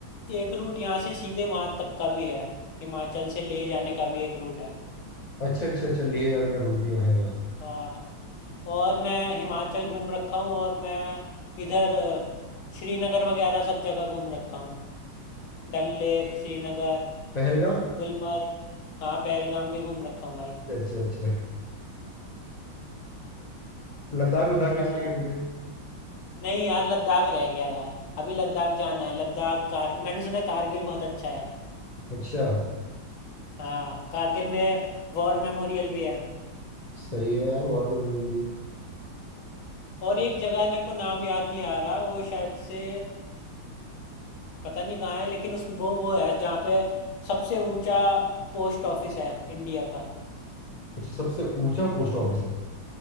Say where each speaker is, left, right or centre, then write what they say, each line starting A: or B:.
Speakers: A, on the left; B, on the left.
A: एक रूट यहाँ से सीधे वहाँ तक का भी है हिमाचल से ले जाने का भी एक रूट है
B: अच्छा अच्छा अच्छा लेह जाने का रूट भी है यहाँ से
A: हाँ और मैं हिमाचल घूम रखा हूँ और मैं इधर अ, श्रीनगर वगैरह सब जगह घूम रखा हूँ डल लेक श्रीनगर
B: पहलगाम
A: गुलमर्ग हाँ पहलगाम भी घूम रखा हूँ भाई
B: अच्छा अच्छा अच्छा लद्दाख वद्दाख
A: और
B: भी चले गए होंगे
A: नहीं यार लद्दाख रह गया यार अभी लद्दाख जाना है लद्दाख कारगिल मैंने सुना है कारगिल बहुत अच्छा है
B: अच्छा
A: हाँ कारगिल में वॉर मेमोरियल भी है
B: सही है यार वॉर मेमोरियल भी है
A: और एक जगह है मेरे को नाम याद नहीं आ रहा वो शायद से पता नहीं कहाँ है लेकिन उस वो वो है जहाँ पे सबसे ऊंचा पोस्ट ऑफिस है इंडिया का
B: अच्छा सबसे ऊंचा पोस्ट ऑफिस है